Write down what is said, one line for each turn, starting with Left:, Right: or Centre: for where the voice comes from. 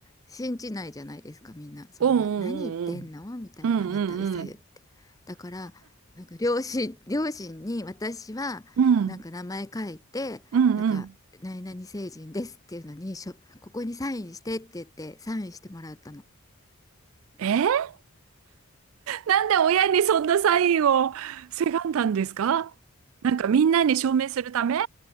Left: 信じないじゃないですか、みんな。そんな、
Right: うん
Left: 何言ってんのみたいな、
Right: うんうんうん。
Left: また嘘言って。だから、なんか両親、両親に私は、
Right: うんうんうん。
Left: なんか名前書いて、
Right: うんうんうん。
Left: なんか、何々成人ですっていうのに、しょ、ここにサインしてって言って、サインしてもらったの。
Right: <laughs> えーなんで親にそんなサインをせがんだんですかなんかみんなに証明するため